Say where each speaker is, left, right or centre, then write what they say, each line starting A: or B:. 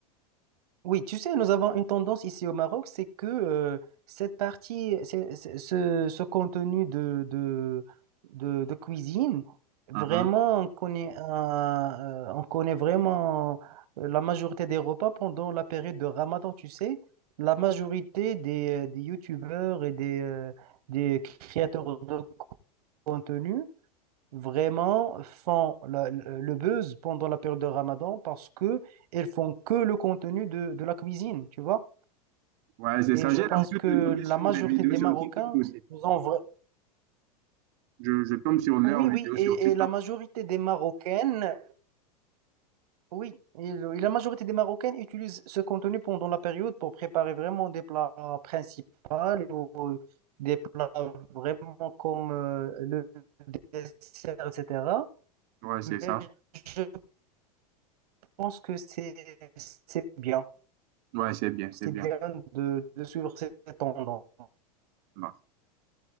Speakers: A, on the right (about 70°); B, on the right (about 45°).
A: Oui, tu sais, nous avons une tendance ici au Maroc, c'est que euh, cette partie, c'est- c'est- ce, ce contenu de, de, de, de cuisine, vraiment,
B: Mhm.
A: on connaît, un- euh, on connaît vraiment euh, la majorité des repas pendant la période de Ramadan, tu sais. La majorité des, euh, des youtubeurs et des, euh, des créateurs de contenu vraiment font la- le le buzz pendant la période de Ramadan parce que elles font que le contenu de, de la cuisine, tu vois.
B: Ouais, c'est
A: Et
B: ça.
A: je
B: J'ai
A: pense
B: l'habitude
A: que
B: de tomber
A: la
B: sur
A: majorité
B: des vidéos
A: des
B: sur
A: Marocains
B: TikTok aussi.
A: nous ont vra-
B: Je, je tombe sur leurs
A: Oui,
B: vidéos
A: oui, et,
B: sur TikTok.
A: et la majorité des Marocaines, oui, et, le- et la majorité des Marocaines utilisent ce contenu pendant la période pour préparer vraiment des plats principaux ou euh, des plats vraiment comme euh, le dessert, etc.
B: Ouais, c'est
A: Mais
B: ça.
A: je pense que c'est c'est bien.
B: Ouais, c'est bien,
A: C'est
B: c'est bien.
A: bien de, de suivre cette tendance.
B: Bon.